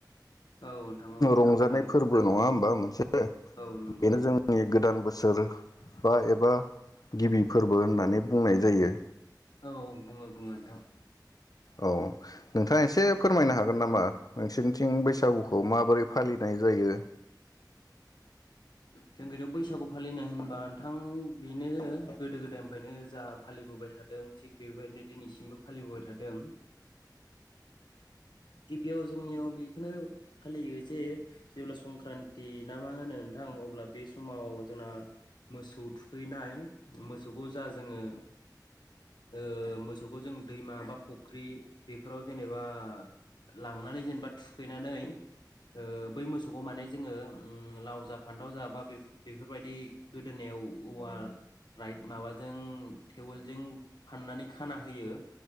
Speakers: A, on the left; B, on the left.
A: नोंथां औ नोंथां औ
B: रंजानाय
A: हालेवबाय
B: फोरबो
A: थानाय
B: नङा
A: गोदो
B: होमबा मोनसे
A: औ नंगौ
B: बेनो जोंनि गोदान बोसोर बा एबा गिबि फोरबो होननानै बुंनाय जायो
A: औ बुङो बुङो नोंथां
B: औ नोंथाङा एसे फोरमायनो
A: औ
B: हागोन नामा नोंसिनि थिं बैसागु बैसागुखौ माबोरै फालिनाय जायो
A: जों गोदोयाव बैसागु फालिनाय होनबा नोंथां बेनो गोदो गोदायनिफ्रायनो जा फालिबोबाय थादों थिग बेबायदिनो दिनैसिमबो फालिबोबाय थादों गिबियाव जोंनियाव बेखौनो फालियो जे जेब्ला संक्रान्ति ना मा होनो नोंथां अब्ला बे समाव जोंना मोसौ थुखैनाय मोसौखौ जा जोङो ओ मोसौखौ जों दैमा बा फुख्रि बेफोराव जेनेबा लांनानै जेनेबा थुखैनानै ओ बै मोसौखौ माने जोङो लाव जा फानथाव जा बा बेफोरबायदि गोदोनायाव औवा राइट माबाजों थेवेलजों फाननानै खाना होयो